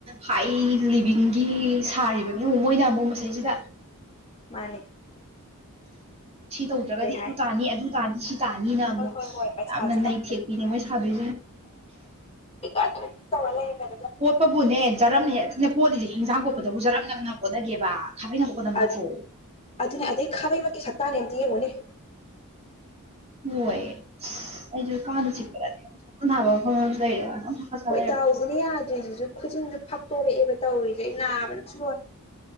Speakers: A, on the right (about 30°); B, on the left (about 25°).
A: ꯍꯥꯏ ꯂꯤꯕꯤꯡꯒꯤ ꯁꯥꯔꯤꯕꯅꯤ ꯑꯃꯨꯛ ꯃꯣꯏꯅ ꯑꯃꯨꯛ ꯃꯁꯩꯁꯤꯗ
B: ꯃꯥꯅꯤ
A: ꯁꯤ ꯇꯧꯗ꯭ꯔꯒꯗꯤ
B: ꯀꯩ ꯍꯥꯏ
A: ꯑꯗꯨ ꯇꯥꯅꯤ ꯑꯗꯨ ꯇꯥꯗꯤ ꯆꯥꯅꯤꯅ ꯑꯃꯨꯛ
B: ꯍꯣꯏ ꯍꯣꯏ ꯍꯣꯏ ꯄꯩꯁꯥꯁꯤꯅ
A: ꯌꯥꯝꯅ ꯅꯩꯊꯦꯛꯄꯤꯅꯦ ꯃꯣꯏ ꯁꯥꯕꯤꯁꯦ
B: ꯭ꯔꯦ ꯏꯠꯇꯂꯒꯅꯤꯒ
A: ꯀꯣꯠꯄꯕꯨꯅꯦ ꯖꯔꯝꯃꯦ ꯍꯦ ꯀꯣꯠꯂꯤꯁꯦ ꯍꯤꯡꯖꯥꯡ ꯈꯣꯠꯄꯗꯕꯨ ꯖꯔꯝꯅꯕꯅ ꯍꯣꯠꯅꯒꯦꯕ ꯈꯥ ꯅ
B: ꯑ
A: ꯐ
B: ꯑꯗꯨꯅꯦ ꯑꯗꯩ ꯈꯥꯕꯩꯃꯛꯀꯤ ꯁꯛꯇꯥꯅꯦ ꯑꯝꯇ ꯌꯦꯡꯉꯨꯅꯦ
A: ꯍꯣꯏꯌꯦ ꯑꯁ ꯑꯩꯁꯨ ꯀꯥꯟꯅ ꯆꯤꯛꯄꯗꯅꯦ ꯑꯅꯥꯕ ꯃꯐꯝ ꯑꯃꯁꯨ ꯂꯩꯔꯦ ꯍꯥꯀꯠꯆ
B: ꯍꯣꯏ
A: ꯂꯩꯔꯕ
B: ꯇꯥꯎꯁꯤꯅ ꯌꯥꯗ꯭ꯔꯤꯁꯤꯁꯨ ꯈꯨꯖꯤꯟꯁꯨ ꯐꯛꯇꯣꯔꯛꯑꯦꯕ ꯇꯧꯔꯤꯁꯦ ꯅꯥꯕꯅꯁꯨ ꯂꯣꯏꯦ